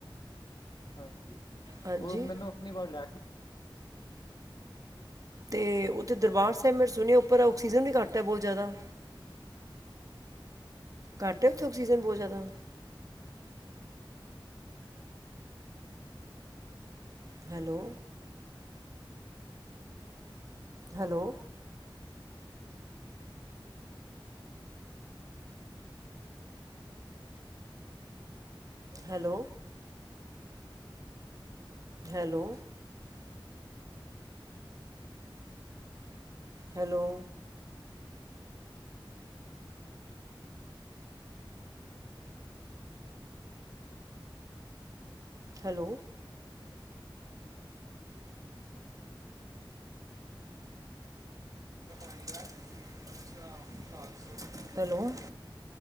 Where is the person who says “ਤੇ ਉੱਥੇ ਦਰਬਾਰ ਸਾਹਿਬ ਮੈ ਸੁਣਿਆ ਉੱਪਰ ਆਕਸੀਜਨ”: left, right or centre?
Right